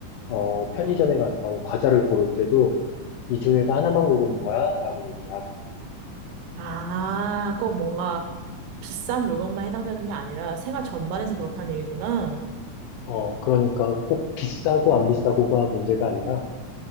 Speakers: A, on the left; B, on the right.
A: 어, 편의점에 가서 과자를 고를 때도, 이 중에서 하나만 고르는 거야? 라고 얘기를 하지.
B: 아, 꼭 뭔가 비싼 물건만 해당되는 게 아니라 생활 전반에서 그렇다는 얘기구나.
A: 어, 그러니까 꼭 비싸고 안 비싸고가 문제가 아니라